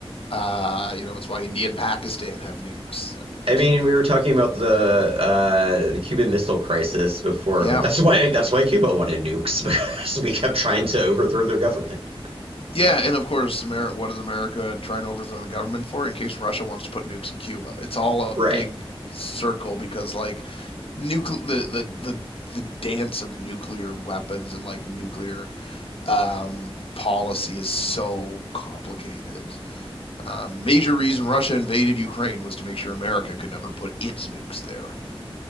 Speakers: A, on the left (about 65°); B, on the right (about 70°).
A: Uh, you know, it's why India and Pakistan have nukes, and
B: I mean, we were talking about the uh, the Cuban Missile Crisis before,
A: yeah,
B: but that's why that's why Cuba wanted nukes <laughs> because we kept trying to overthrow their government.
A: Yeah, and of course, America, what is America trying to overthrow the government for? In case Russia wants to put nukes in Cuba, it's all a
B: Right.
A: big circle because like nucle the the the the dance of nuclear weapons and like nuclear um, policy is so complicated. Um, major reason Russia invaded Ukraine was to make sure America could never put its nukes there.